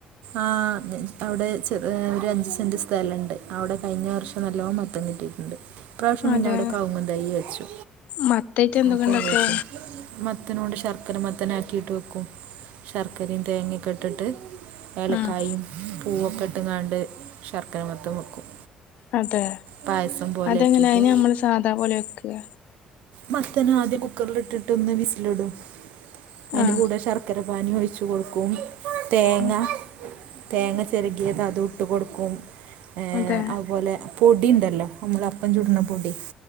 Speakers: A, on the right (about 80°); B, on the left (about 75°).
A: ആഹ് അവിടെ ചെറ ഒരു അഞ്ച് സെൻറ് സ്ഥലണ്ട് അവിടെ കഴിഞ്ഞ വർഷം നല്ലവോണം മത്തം കിട്ടിയിട്ടുണ്ട് ഇപ്രാവശ്യം പിന്നെ
B: അതെ
A: അവിടെ കവുങ്ങ് തൈ വെച്ചു
B: മത്തായിട്ട് എന്തൊക്കെ
A: അപാവശ്യം
B: ഇണ്ടാക്കാ
A: മത്തനോട് ശർക്കര മത്തനെ ആക്കിയിട്ട് വെക്കും ശർക്കരയും തേങ്ങൊക്കെ ഇട്ടിട്ട് ഏലക്കായും
B: ആഹ്
A: പൂവൊക്കെ ഇട്ടുംങ്ങാണ്ട് ശർക്കര മത്തം വെക്കും
B: അതെ
A: പായസം പോലെ
B: അതെങ്ങനെ
A: ആക്കിയിട്ട്
B: നമ്മള് സാധാ പോലെ വെക്കെ
A: മത്തൻ ആദ്യം കുക്കറില ഇട്ടിട്ട് ഒന്ന് വിസിലിടും അതിന്റെ
B: ആഹ്
A: കൂടെ ശർക്കര പാനി ഒഴിച്ച ഒഴിച്ച് കെടുക്കും
B: ആഹ്
A: തേങ്ങ ചിരകിയത് ഇട്ട് കൊടുക്കും ഏഹ്
B: അതെ
A: അതുപോലെ പൊടിയ ഉണ്ടല്ലോ നമ്മള് അപ്പം ചുട്ണെ പൊടി